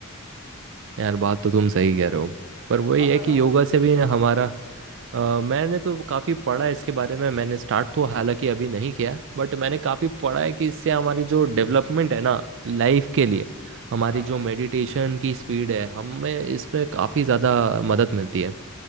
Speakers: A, on the right (about 55°); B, on the left (about 35°).
A: यार बात तो तुम सही कह रहे हो पर वही
B: आप
A: है
B: बताओ
A: कि योगा से भी हमारा अ,
B: हम्म
A: मैंने तो काफ़ी पढ़ा है इसके बारे में मैंने स्टार्ट तो हालांकि अभी नहीं किया बट मैंने काफ़ी
B: हम्म
A: पढ़ा है कि इससे हमारी जो डेवलपमेंट है ना लाइफ
B: हम्म
A: के लिए हमारी
B: हाँ
A: जो मेडिटेशन की स्पीड है हमें इसमें काफ़ी ज़्यादा मदद मिलती है